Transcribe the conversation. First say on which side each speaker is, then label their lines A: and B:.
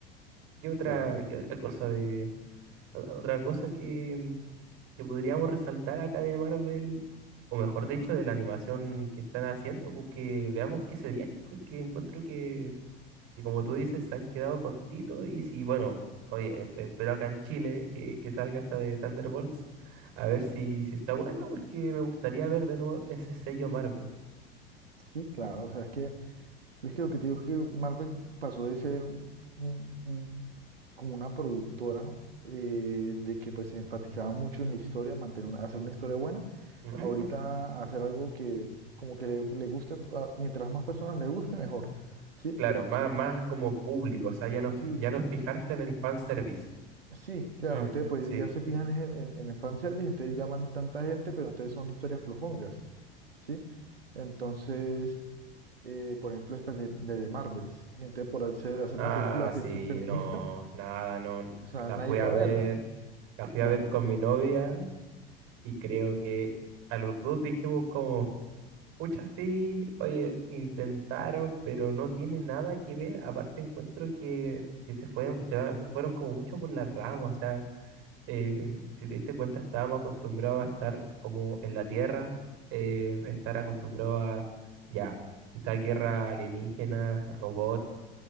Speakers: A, on the right (about 45°); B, on the right (about 75°).
A: ¿Qué otra,
B: claro,
A: qué otra cosa de, o- Otra cosa que, que podríamos resaltar acá de Marvel, o mejor dicho, de la animación que están haciendo, porque veamos qué se viene, porque encuentro que, que como tú dices, se han quedado cortitos y si, bueno, oye, esp- espero acá en Chile que, que salga esta de Thunderbolts, a ver si, si está buena, porque me gustaría ver de nuevo ese sello Marvel.
B: sí, claro, o sea, es que, es que lo que te digo es que Marvel pasó de ser un- un- un- como una productora eh, de que pues se enfatizaba mucho en la historia, mantener una- hacer una historia buena,
A: Ujú.
B: ahorita hacer algo que como que le, le guste, a, to- a- mientras más personas le guste, mejor, ¿sí?
A: Claro, más,
B: O sea,
A: más como público, o sea, ya no, fi-
B: sí,
A: ya no fijarse en el fanservice.
B: Sí, claro,
A: Mm,
B: entonces pues
A: sí.
B: ya se fijan es en, en- en el fanservice, entonces llaman tanta gente, pero entonces son historias flojongas, ¿sí? Entonces, eh, por ejemplo, estas de, de, The Marvels, y entonces por hacer, hacer
A: Ah,
B: una película fe-
A: sí,
B: fe- feminista,
A: no, nada, no.
B: o sea,
A: La
B: nadie
A: fui
B: fue
A: a ver,
B: a verla.
A: la fui
B: O
A: a ver
B: sea,
A: con mi novia y creo que a los dos dijimos como, pucha, sí, oye, intentaron, pero no tiene nada que ver. Aparte encuentro que, que se fue, se va- fueron como mucho por la rama, o sea, eh, si te diste cuenta, estábamos acostumbrados a estar como en la tierra, eh, estar acostumbrados a, ya, quizás guerra alienígena, robots